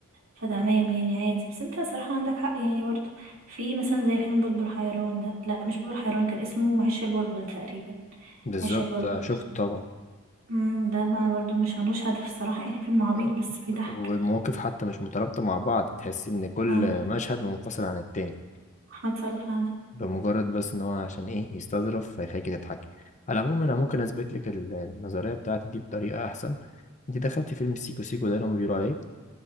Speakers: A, on the right (about 80°); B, on the left (about 35°).
A: فتمام يعني عادي بس أنت صراحة عندك حق يعني برضه في مثلا زي فيلم بلبل حيران ده لا مش بلبل حيران كان اسمه عش البلبل تقريبا
B: بالظبط
A: عيش البلبل
B: آه، شفت طبعا
A: مم، ده بقى برضو مش ملوش هدف صراحة يعني فيلم عبيط
B: آه.
A: بس بيضحك
B: والمواقف حتى مش مترابطه مع بعض تحس ان كل
A: آه،
B: مشهد منفصل عن التاني
A: حصل فعلا
B: بمجرد بس ان هو عشان ايه يستظرف فيخليك تضحك على العموم انا ممكن اثبت لك ال- النظريه بتاعتي دي بطريقه احسن انت دخلت فيلم سيكو سيكو ده اللي هم بيقولوا عليه